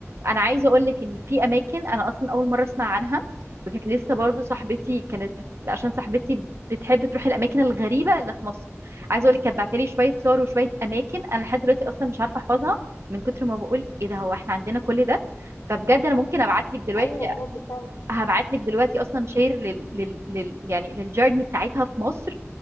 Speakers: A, on the right (about 60°); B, on the left (about 60°).
A: انا عايزه اقول لك ان في اماكن انا اصلا اول مره اسمع عنها وكانت لسه برضو صاحبتي كانت بت... عشان صاحبتي بتحب تروح الاماكن الغريبه اللي في مصر عايزه اقول لك كانت بعتلي شويه صور وشويه اماكن انا لحد دلوقتي اصلا مش عارفه احفظها من كتر ما بقول ايه ده هو احنا عندنا كل ده فبجد انا ممكن ابعت لك دلوقتي
B: ايوه بجد فهمت
A: هبعت لك دلوقتي اصلا شير لل... لل... لل... يعني للجيرني بتاعتها في مصر